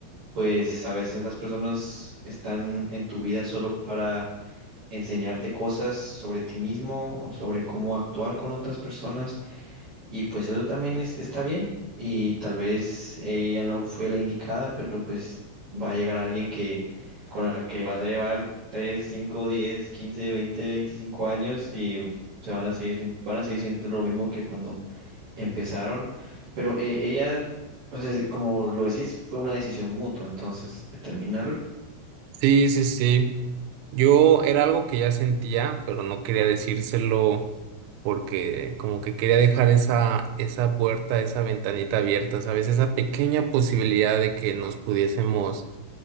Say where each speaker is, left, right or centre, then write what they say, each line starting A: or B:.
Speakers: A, on the right; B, on the right.
A: pues a veces las personas están en tu vida solo para enseñarte cosas sobre ti mismo o sobre cómo actuar con otras personas y pues eso también es- está bien y tal vez ella no fue la indicada, pero pues va a llegar alguien que con la que vas a llevar 3 5 10 15 20 25 años y se van a seguir sin- van a seguir siendo lo mismo que cuando empezaron, pero eh, ella o sea, como lo decís, fue una decisión mutua, entonces, determinarlo
B: Sí, sí, sí. Yo era algo que ya sentía, pero no quería decírselo porque como que quería dejar esa, esa puerta, esa ventanita abierta, ¿sabes? Esa pequeña posibilidad de que nos pudiésemos